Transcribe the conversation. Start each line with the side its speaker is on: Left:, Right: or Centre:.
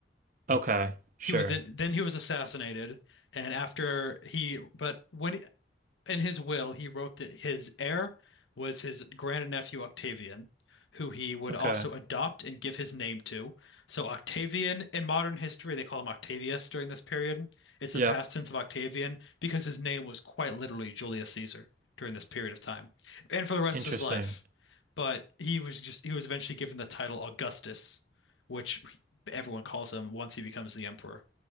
Right: Okay, sure.
Left: He was then, then he was assassinated, and after he but when in his will, he wrote that his heir was his grandnephew Octavian, who he would
Right: Okay.
Left: also adopt and give his name to. So Octavian in modern history, they call him Octavius during this period. It's
Right: Yep.
Left: the past tense of Octavian because his name was quite literally Julius Caesar during this period of time and for the rest
Right: Interesting.
Left: of his life. But he was just he was eventually given the title Augustus, which everyone calls him once he becomes the emperor.